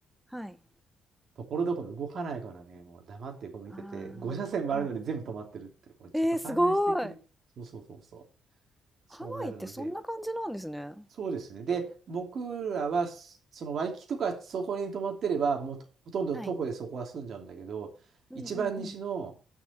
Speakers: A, in the centre; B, on the right.
A: はい、
B: ところどころ動かないからね、もう黙ってこう見てて、
A: あ
B: 5車線もあるのに全部止まってるって、
A: あ、はい。
B: これちょっと勘弁してくれ。
A: えー、すごい。
B: そうそうそうそう。そうなるので、
A: ハワイってそんな感じなんですね。
B: そうですね。で、僕らは、そのワイキキとかそこに泊まってれば、もうほとんど徒歩でそこは住んじゃうんだけど、
A: はい。うんうんうん。
B: 一番西の